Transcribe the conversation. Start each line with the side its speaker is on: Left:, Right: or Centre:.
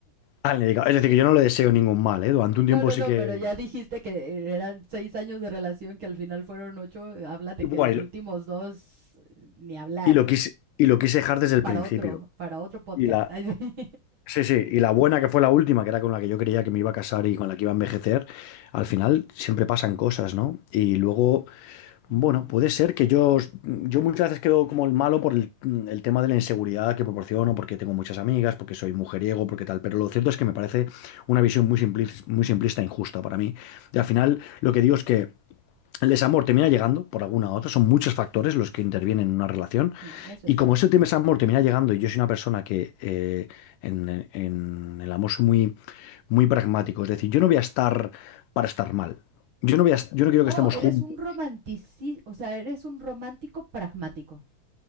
Left: a alguien dedicado. Es decir, que yo no le deseo ningún mal, ¿eh? Durante un
Right: No,
Left: tiempo
Right: no,
Left: sí
Right: no,
Left: que.
Right: pero ya dijiste que eran seis años de relación, que al final fueron ocho. Habla de
Left: Bueno,
Right: que los últimos dos, eh, ni hablar.
Left: Y lo quise, y lo quise dejar desde el
Right: Para
Left: principio.
Right: otro, para otro podcast.
Left: Y la,
Right: <laughs> Ay, sí.
Left: sí, sí, y la buena que fue la última, que era con la que yo creía que me iba a casar y con la que iba a envejecer, al final siempre pasan cosas, ¿no? Y luego,
Right: Mm,
Left: bueno, puede ser que yo, yo muchas veces quedo como el malo por el, el tema de la inseguridad que proporciono, porque tengo muchas amigas, porque soy mujeriego, porque tal, pero lo cierto es que me parece una visión muy simplis- muy simplista e injusta para mí. Y al final, lo que digo es que el desamor termina llegando por alguna u otra, son muchos factores los que intervienen en una relación.
Right: ujú, Eso
Left: Y
Right: es cierto.
Left: como ese tema desamor termina llegando, y yo soy una persona que eh, en, en el amor soy muy, muy pragmático, es decir, yo no voy a estar para estar mal. Yo no voy a, yo no quiero
Right: Oh,
Left: que estemos
Right: eres
Left: juntos.
Right: un romantici, o sea, eres un romántico pragmático.